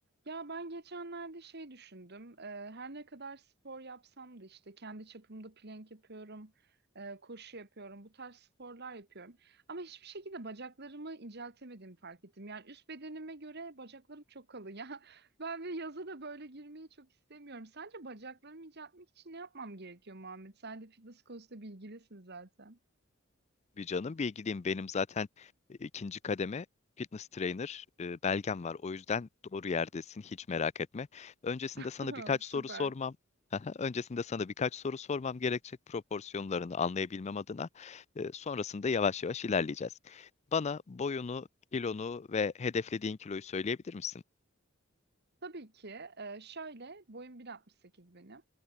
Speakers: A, on the right; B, on the left.
A: Ya ben geçenlerde şey düşündüm. Ee, her ne kadar spor yapsam da işte kendi çapımda plank yapıyorum, e, koşu yapıyorum, bu tarz sporlar yapıyorum. Ama hiçbir şekilde bacaklarımı inceltemediğimi fark ettim. Yani üst bedenime göre bacaklarım çok kalın ya. <laughs> Ben bir yaza da böyle girmeyi çok istemiyorum. Sence bacaklarımı inceltmek için ne yapmam gerekiyor Muhammed? Sen de fitness konusunda bilgilisin zaten.
B: bir canım. Bilgiliyim. Benim zaten e, ikinci kademe fitness trainer e, belgem var. O yüzden doğru yerdesin. Hiç merak etme. Öncesinde
A: <laughs>
B: sana birkaç
A: Süper.
B: soru sormam. <laughs> Öncesinde sana birkaç soru sormam gerekecek proporsiyonlarını anlayabilmem adına. E, sonrasında yavaş yavaş ilerleyeceğiz. Bana boyunu, kilonu ve hedeflediğin kiloyu söyleyebilir misin?
A: Tabii ki. Ee, şöyle boyum 1.68 benim.